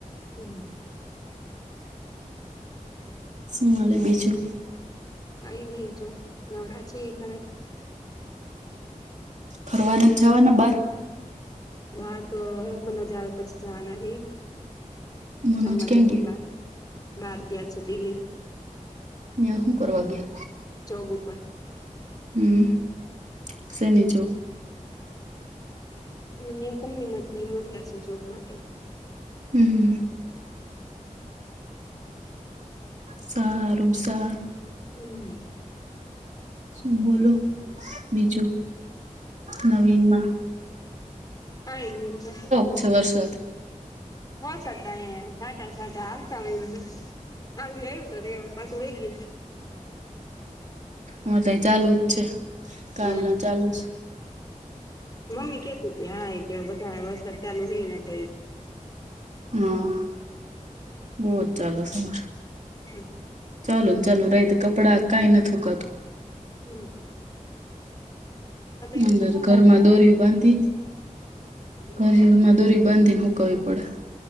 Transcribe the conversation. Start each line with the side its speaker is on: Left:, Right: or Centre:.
Left: હમ્મ.
Right: શું ચાલે બીજું?
Left: કઈ નઈ જો નવરા છે ઘરે.
Right: ફરવાના નથી જવાના બાર?
Left: બાર તો મનોજ આવે પછી જવાના હે
Right: મનોજ
Left: જમવા
Right: ક્યાં
Left: જશે
Right: ગયા
Left: બાર. બહાર ગયા છે દિલ્લી.
Right: હમ્મ, ફરવા.
Left: જોબ ઉપર.
Right: હમ્મ, સેની જોબ?
Left: અહીયા કંપનીમાંથી મોકલ્યા છે જોબ માટે.
Right: હમ્મ. સારું, સારું.
Left: હમ્મ.
Right: શું બોલો બીજું નવીનમાં?
Left: કઈનિ.
Right: ઓછા વરસાદ
Left: વરસાદ ના યે છાંટા- છાંટા આવતા હો એ. <unintelligible> હો તો <unintelligible> પાછું વેગી
Right: હા, તઈ ચાલુ જ છે. કાલ
Left: હમ્મ.
Right: નો ચાલુ છે
Left: મમ્મી કેતી કે હા એ કે વધારે વરસાદ ચાલુ થય તો
Right: હા બો જ ચાલુ છે.
Left: હમ્મ.
Right: ચાલુ-ચાલુ રહે તો કપડા કઈ નહી સુકાતા.
Left: હમ્મ. એમ
Right: અંદર
Left: તો ના
Right: ઘરમાં
Left: વાંધો
Right: દોરી બાંધી કરજલમાં દોરી બાંધીને સુકાવી પડે.